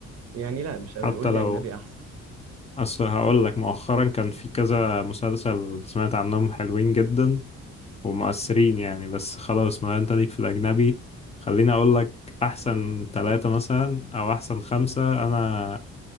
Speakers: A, on the right (about 55°); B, on the left (about 20°).
A: يعني لا مش
B: حتى
A: قوي قول
B: لو
A: لي اجنبي احسن
B: اصل هقول لك مؤخرا كان في كذا مسلسل سمعت عنهم حلوين جدا ومؤثرين يعني بس خلاص ما انت ليك في الاجنبي خليني اقول لك احسن ثلاثة مثلا او احسن خمسة انا